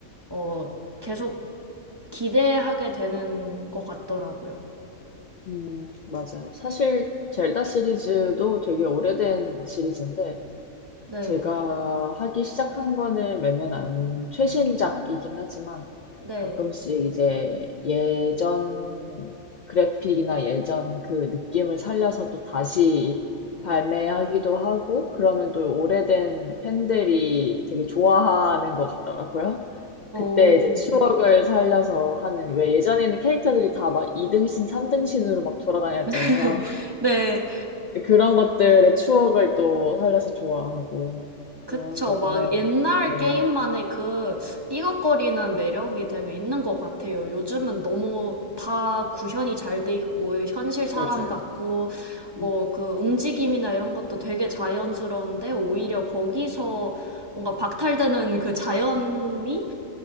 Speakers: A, on the right; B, on the left.
A: 어 계속 기대하게 되는 것 같더라고요.
B: 음, 맞아요. 사실 젤다 시리즈도 되게 오래된 시리즈인데,
A: 네.
B: 제가 하기 시작한 거는 몇 년 안, 최신작이긴 하지만
A: 네.
B: 가끔씩 이제 예전 그래픽이나 예전 그 느낌을 살려서 또 다시 발매하기도 하고 그러면 또 오래된 팬들이 되게 좋아하는 것 같더라고요.
A: 오.
B: 그때 이제 추억을 살려서 하는, 왜 예전에는 캐릭터들이 다 막 2등신, 3등신으로 막 돌아다녔잖아요.
A: <laughs> 네.
B: 네, 그런 것들의 추억을 또 살려서 좋아하고 그런
A: 그쵸.
B: 거
A: 막
B: 보면은
A: 옛날
B: 네
A: 게임만의 그 삐걱거리는 매력이 되게 있는 것 같아요. 요즘은 너무 다 구현이 잘 돼 있고, 현실 사람
B: 맞아요.
A: 같고, 뭐
B: 음,
A: 그 움직임이나 이런 것도 되게 자연스러운데, 오히려 거기서 뭔가 박탈되는 그 자연미?